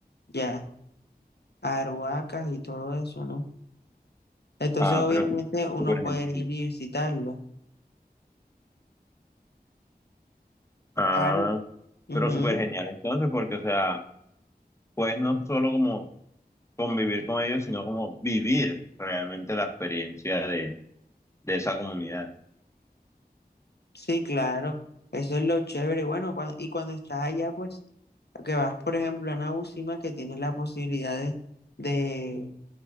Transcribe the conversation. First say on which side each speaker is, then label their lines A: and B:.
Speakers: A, on the left; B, on the left.
A: ya, aruacas y todo eso, ¿no? Entonces,
B: Ah,
A: obviamente,
B: pero sú-
A: uno
B: súper
A: puede
B: genial.
A: ir y visitarlo.
B: Ah,
A: Are- ujú,
B: pero súper genial. Entonces, porque, o sea, pues no solo como convivir con ellos, sino como vivir realmente la experiencia de, de esa comunidad.
A: Sí, claro. Eso es lo chévere. Bueno, cuando, y cuando estás allá, pues, que vas, por ejemplo, a Nabucima, que tienes la posibilidad de, de,